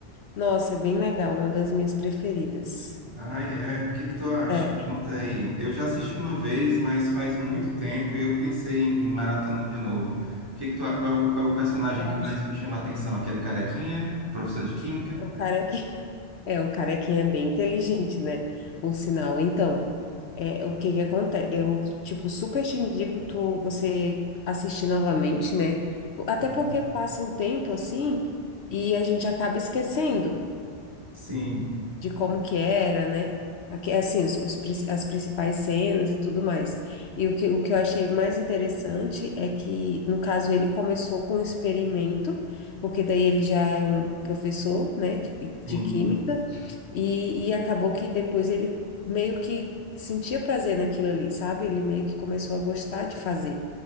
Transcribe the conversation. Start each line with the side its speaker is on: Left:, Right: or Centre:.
Left: Nossa, é bem legal, uma das minhas preferidas.
Right: Ai, é. O que que tu acha?
Left: É,
Right: Me conta aí. Eu já assisti uma vez, mas faz muito tempo e eu pensei em, em maratonar de novo. O Que que tu, a- qual, é o qual é o personagem
Left: eu
Right: que
Left: acho.
Right: mais te chama a atenção? Aquele carequinha, professor de química?
Left: é, O cara que É, o carequinha é bem inteligente, né? Por sinal. Então, é, o que que acontece? Eu, tipo, super te indico tu, você assistir novamente, né? Até
Right: Uhum.
Left: porque passa um tempo assim e a gente acaba esquecendo
Right: Sim,
Left: de como que era, né? Aqui, assim, os, os prin- as principais cenas e tudo mais. E o que, o que eu achei mais interessante é que, no caso, ele começou com um experimento, porque daí ele já é um professor, né, de,
Right: sim.
Left: de química, e, e acabou que depois ele meio que sentia prazer naquilo ali, sabe? Ele meio que começou a gostar de fazer.